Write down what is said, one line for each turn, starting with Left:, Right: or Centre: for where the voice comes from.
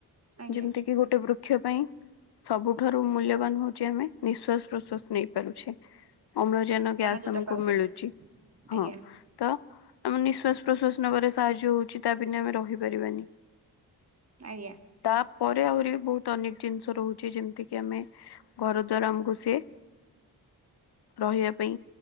Right: ଆଜ୍ଞା।
Left: ଯେମିତି କିି ଗୋଟେ ବୃକ୍ଷ ପାଇଁ ସବୁଠାରୁ ମୂଲ୍ୟବାନ ହଉଛି, ଆମେ ନିଶ୍ୱାସ ପ୍ରଶ୍ଵାସ ନେଇ ପାରୁଛେ। ଅମ୍ଳଜାନ ଗ୍ୟାସ
Right: ଯୋଉଟା
Left: ଆମକୁ
Right: ପାଉଛେ
Left: ମିଳୁଛି। ହଁ,
Right: ଆଜ୍ଞା
Left: ତ ଆମ ନିଶ୍ୱାସ ପ୍ରଶ୍ଵାସ ନବାରେ ସାହାଯ୍ୟ ହଉଛି। ତା ବିନା ଆମେ ରହିପାରିବାନି।
Right: ଆଜ୍ଞା
Left: ତା ଆହୁରି ବହୁତ ଅନେକ ଜିନିଷ ରହୁଛି। ଯେମିତି କିି ଆମେ ଘର ଦ୍ଵାରା ଆମକୁ ସିଏ ରହିବା ପାଇଁ